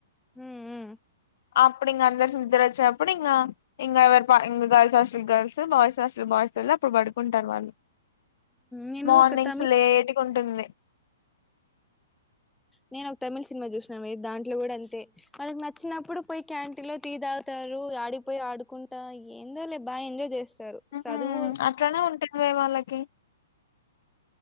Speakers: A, in the centre; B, on the left.
A: మ్మ్ హ్మ్
B: అప్పుడు ఇంగ అందరు నిద్దర వచ్చేప్పుడు ఇంగ ఇంగ ఇ girls hostel girls boys hostel boys అప్పుడు పడుకుంటారు వాళ్ళు
A: నేను
B: మార్నింగ్స్
A: ఒక తమిళ్
B: లేట్గుంటుంది
A: నేను ఒక తమిళ్ సినిమా చూసినా మే దాంట్లో కూడా అంతే వాళ్ళకి నచ్చినప్పుడు పోయి క్యాంటీన్ లో టీ తాగుతారు ఆడికిపోయి ఆడుకుంటా ఏందోలే బా ఎంజాయ్ చేస్తా రు
B: మ్మ్
A: చదువు
B: అట్లనే ఉంటుంది వాళ్ళకి